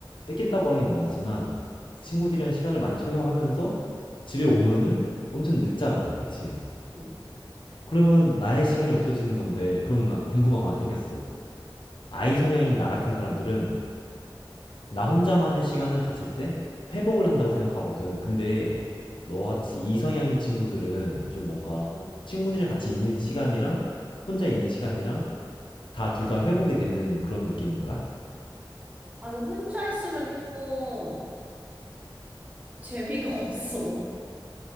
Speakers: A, on the left (about 75°); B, on the right (about 20°).
A: 뺏긴다고 하긴 뭐하지만 친구들이랑
B: 그치?
A: 시간을 많이 소요하면서 집에 오면은 엄청 늦잖아. 그치?
B: 응,
A: 그러면 나의 시간이 없어지는 건데 그러면 난 궁금한 거 하나 생겼어. 아이 성향인 나 같은 사람들은 나 혼자만의 시간을 가질 때 회복을 한다고 생각하거든. 근데 너같이 이성향인 친구들은 좀 뭔가
B: 응.
A: 친구들이랑 같이 있는 시간이랑 혼자 있는 시간이랑 다 둘 다 회복이 되는 그런 느낌인 거야?
B: 아, 이거 혼자 있으면 조금 재미가 <laughs> 없어.